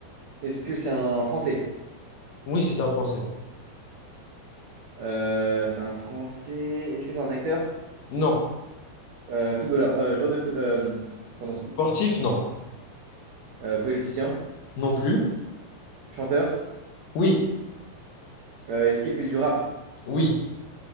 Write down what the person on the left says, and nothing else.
Oui, c'est un Français.
Non.
Sportif, non.
Non plus.
Oui.
Oui.